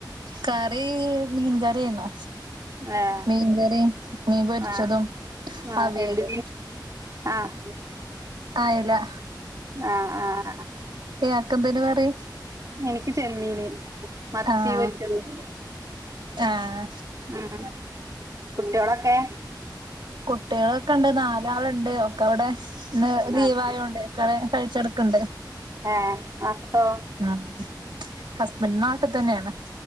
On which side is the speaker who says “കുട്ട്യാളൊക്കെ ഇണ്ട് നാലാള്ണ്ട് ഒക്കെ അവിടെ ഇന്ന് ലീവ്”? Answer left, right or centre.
Right